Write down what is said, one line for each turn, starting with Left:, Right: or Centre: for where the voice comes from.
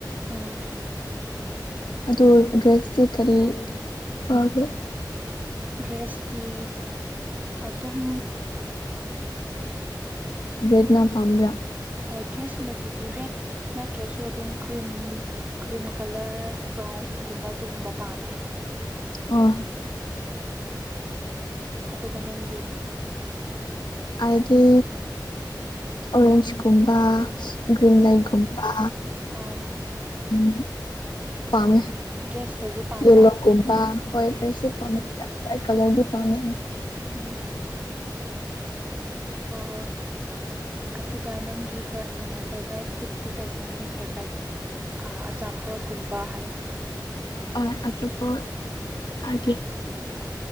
Right: ꯎꯝ
Left: ꯑꯗ ꯗ꯭ꯔꯦꯁꯇꯤ ꯀꯔꯤ ꯄꯥꯕ꯭ꯔꯥ
Right: ꯗ꯭ꯔꯦꯁꯇꯤ ꯑꯗꯨꯝ
Left: ꯔꯦꯠꯅꯥ ꯄꯥꯝꯕ꯭ꯔꯥ
Right: ꯋꯥꯏꯠ ꯗ꯭ꯔꯦꯁꯀꯤ ꯃꯆꯨꯗꯤ ꯔꯦꯠ ꯅꯠꯇ꯭ꯔꯁꯨ ꯑꯗꯨꯝ ꯀ꯭ꯔꯤꯝ ꯀ꯭ꯔꯤꯝ ꯀꯂꯔ ꯕ꯭ꯔꯥꯎꯟꯒꯨꯝꯕ ꯑꯗꯨꯒꯨꯝꯕ ꯄꯥꯝꯃꯦ
Left: ꯑꯣ
Right: ꯑꯗꯨꯒ ꯅꯪꯗꯤ
Left: ꯑꯥꯏꯗꯤ ꯑꯣꯔꯦꯟꯖꯀꯨꯝꯕ ꯒ꯭ꯔꯤꯟ
Right: ꯎꯝ
Left: ꯂꯥꯏꯠꯒꯨꯝꯕ
Right: ꯑꯥ
Left: ꯎꯝ ꯄꯥꯝꯃꯦ
Right: ꯗ꯭ꯔꯦꯁꯇꯁꯨ ꯄꯥꯝꯕ꯭ꯔꯥ
Left: ꯌꯦꯜꯂꯣꯒꯨꯝꯕ ꯍꯣꯏ ꯗ꯭ꯔꯦꯁꯁꯨ ꯄꯥꯝꯃꯦ ꯄ꯭ꯔꯥꯏꯠ ꯄ꯭ꯔꯥꯏꯠ ꯀꯂꯔꯗꯤ ꯄꯥꯝꯃꯦꯁꯦ
Right: ꯎꯝ ꯑꯣ ꯑꯗꯨꯒ ꯅꯪꯒꯤ ꯐꯦꯕꯣꯔꯥꯏꯠ ꯐꯨꯗꯠꯇꯤ ꯀꯩꯅꯣ ꯅꯪ ꯐꯦꯕꯣꯔꯥꯏꯠ ꯑꯆꯥꯄꯣꯠꯒꯨꯝꯕ ꯍꯥꯏ
Left: ꯑꯣꯔꯥꯡ ꯑꯆꯨꯞꯄ ꯍꯥꯏꯒꯦ